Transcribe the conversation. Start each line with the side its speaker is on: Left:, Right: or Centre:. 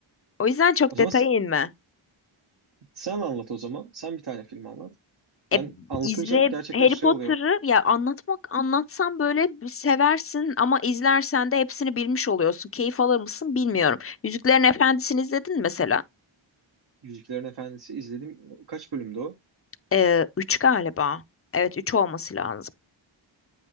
Left: O yüzden çok
Right: O zaman
Left: detaya
Right: s-
Left: inme.
Right: sen anlat o zaman. Sen bir tane film anlat. Ben
Left: E,
Right: anlatınca
Left: izle
Right: gerçekten
Left: Harry
Right: şey
Left: Potter'ı
Right: oluyor.
Left: ya anlatmak anlatsam böyle bir seversin ama izlersen de hepsini bilmiş oluyorsun. Keyif alır mısın bilmiyorum. Yüzüklerin Efendisi'ni izledin mi mesela?
Right: Yüzüklerin Efendisi izledim. Kaç bölümdü o?
Left: Ee, üç galiba. Evet üç olması lazım.